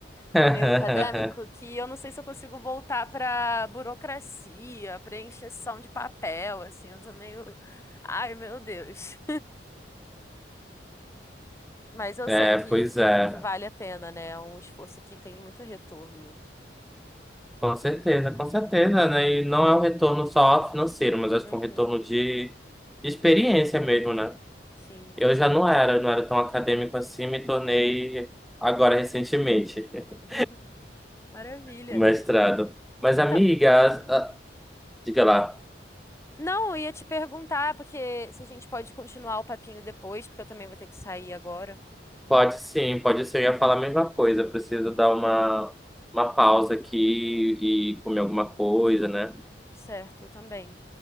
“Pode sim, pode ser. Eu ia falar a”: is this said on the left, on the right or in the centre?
Centre